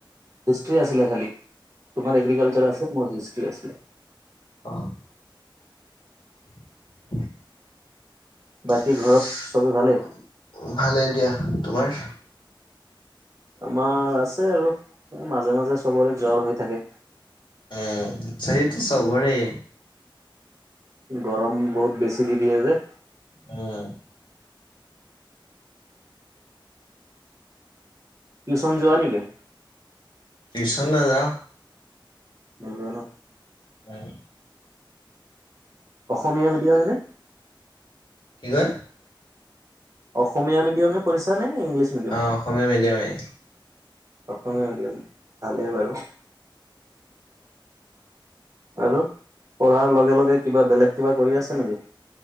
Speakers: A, on the right; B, on the left.
A: হিষ্ট্ৰী আছিলে খালি, তোমাৰ এগ্ৰিকালচাৰ আছে, মোৰ হিষ্ট আছিলে।
B: অ'। <inaudible>
A: বাকী ঘৰত চবে ভালেই
B: ভালেই দিয়া তোমাৰ?
A: আমাৰ আছে আৰু মাজে, মাজে চবৰে জ্বৰ হৈ থাকে।
B: উম, সেইটো সবৰে
A: গৰম বহুত বেছি দি, দিয়ে যে।
B: উম।
A: টিউচন যোৱা নেকি।
B: টিউচন নাযাওঁ।
A: ভাল ল'ৰা ন।
B: অ'।
A: অসমীয়া মিডিয়ামেনে।
B: কি হয়।
A: অসমীয়া মিডিয়ামে পঢ়িচা নে। ইংলিছ মিডিয়াম
B: অ, অসমীয়া মেডিয়ামেই।
A: অসমীয়া মিডিয়াম ভালেই বাৰু। আৰু পঢ়াৰ লগে, লগে কিবা বেলেগ কিবা কৰি আছে নেকি।